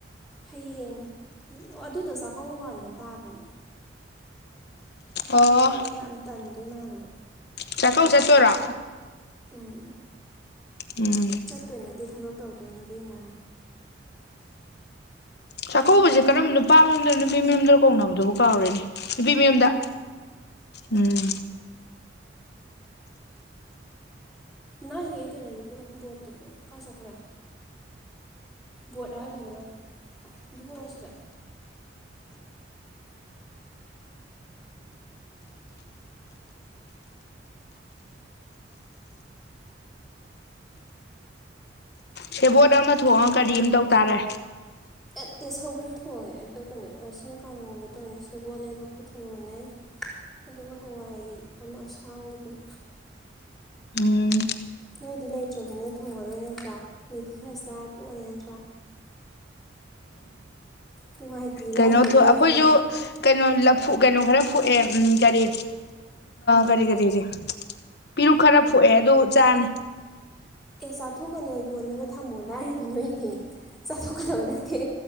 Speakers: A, in the centre; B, on the left.
A: ꯍꯌꯦꯡ ꯑꯣ ꯑꯗꯨꯗꯣ ꯆꯥꯛꯀꯧ ꯅꯣꯡꯉꯥꯟꯕ ꯇꯥꯕꯅꯦ
B: ꯑꯣ
A: ꯑꯩꯗꯣ ꯌꯥꯝ ꯇꯟꯗꯣꯏ ꯃꯥꯜꯂꯕ
B: ꯆꯥꯛꯀꯧ ꯆꯠꯇꯣꯢꯔꯦ
A: ꯎꯝ
B: ꯎꯝ
A: ꯆꯠꯇꯣꯏ ꯅꯠꯇꯦ ꯊꯕꯛ ꯇꯧꯗꯣꯏꯅꯤ ꯢꯕꯦꯝꯃꯥ
B: ꯆꯥꯛꯀꯧꯕꯁꯦ ꯀꯔꯝꯕ ꯅꯨꯄꯥ ꯃꯌꯨꯝꯗꯔ ꯅꯨꯄꯤ ꯃꯌꯨꯝꯗꯔ ꯀꯧꯅꯕꯗꯨꯕꯨ ꯀꯥꯎꯔꯦꯅꯦ ꯅꯨꯄꯤ ꯃꯌꯨꯝꯗ ꯎꯝ
A: ꯅꯪ ꯍꯧꯖꯤꯛ ꯀꯩꯅꯣꯗꯣ ꯄꯤꯔꯛꯑꯣ ꯕꯣꯔꯠꯇꯣ ꯄꯤꯔꯛꯑꯣ ꯀꯥꯏ ꯆꯠꯈ꯭ꯔꯦ ꯕꯣꯔꯠ ꯍꯥꯢꯔꯒꯅꯦ ꯀꯩꯅꯣ ꯃꯥꯜ ꯑꯗꯨꯕꯣꯔ <unintelligible> ꯁꯤꯗ
B: ꯁꯦꯕꯣꯠ ꯑꯃ ꯊꯣꯛꯑꯒ ꯀꯔꯤ ꯑꯃ ꯇꯧ ꯇꯥꯔꯦ
A: ꯑꯦꯠ ꯁꯧꯒ꯭ꯔꯤ ꯊꯣꯡꯉꯦ ꯑꯗꯣ ꯀꯩꯅꯣ ꯁꯤꯅ ꯀꯥꯡꯍꯧ ꯉꯧꯒꯦ ꯇꯧꯅꯦ ꯁꯦꯕꯣꯠꯅꯦ ꯂꯐꯨꯊꯔꯣꯅꯦ ꯑꯗꯨꯒ ꯍꯋꯥꯏ ꯑꯃ ꯑꯁꯥꯡꯒꯤꯗꯨꯅꯤ꯫
B: ꯎꯝ
A: ꯅꯣꯏꯗꯤ ꯂꯩꯇ꯭ꯔꯕꯅꯤꯅ ꯊꯣꯡꯉꯔꯣꯏ ꯅꯠꯇ꯭ꯔꯥ ꯃꯦꯒꯤ ꯈꯔ ꯆꯥꯔ ꯇꯣꯛꯑꯅꯤ ꯅꯠꯇ꯭ꯔꯥ꯫ ꯅꯨꯡꯉꯥꯏꯇꯦ ꯂꯥꯏꯔꯕꯈꯩꯒꯤ
B: ꯀꯩꯅꯣ ꯊꯣꯛ ꯑꯩꯈꯣꯏꯁꯨ
A: ꯈꯟꯕꯗ
B: ꯀꯩ ꯀꯩꯅꯣ ꯂꯐꯨ ꯀꯩꯅꯣ ꯈꯔ ꯐꯨꯑꯦ ꯎꯝ ꯑ ꯀꯔꯤ ꯀꯔꯤ ꯀꯔꯤ ꯄꯤꯔꯨꯛ ꯈꯔ ꯐꯣꯛꯑꯦ ꯑꯗꯨ ꯆꯥꯅꯤ
A: ꯑꯦ ꯆꯥꯊꯣꯛꯀꯅꯣ ꯌꯣꯟꯅꯕ ꯊꯝꯃꯣ ꯂꯥꯏꯔꯕ ꯅꯣꯏꯗꯤ ꯆꯥꯊꯣꯛꯀꯗꯕ ꯅꯠꯇꯦ꯫